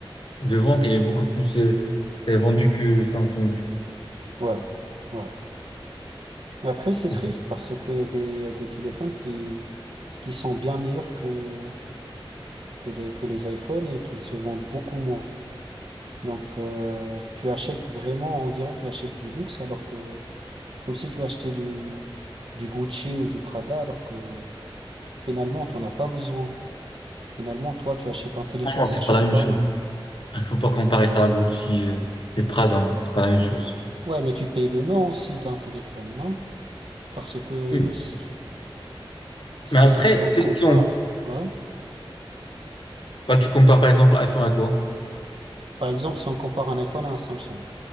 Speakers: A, on the left (about 60°); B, on the right (about 70°).
A: de vente, il est beaucoup plus euh, euh, vendu que Samsung.
B: Ouais, ouais. Mais Après, c'est
A: C'est
B: triste
A: ça.
B: parce qu'il y a des, y a des téléphones qui, qui sont bien meilleurs que, que les, que les iPhones et qui se vendent beaucoup moins. Donc, euh, tu achètes vraiment, on dirait, tu achètes du luxe alors que, comme si tu achetais du, du Gucci ou du Prada alors que finalement, t'en as pas besoin. Finalement, toi, tu achètes un téléphone,
A: Non, non, c'est
B: t'achètes
A: pas la même
B: pas
A: chose.
B: un...
A: Il faut pas comparer ça à Gucci, euh, et Prada. hein. C'est pas la même chose.
B: Ouais, mais tu payes le nom aussi d'un téléphone, non? Parce que
A: Mm.
B: s- si,
A: Mais après,
B: si on
A: c'est-
B: compare,
A: si on,
B: ouais,
A: bah, tu compares par exemple iPhone à quoi?
B: par exemple, si on compare un iPhone à un Samsung,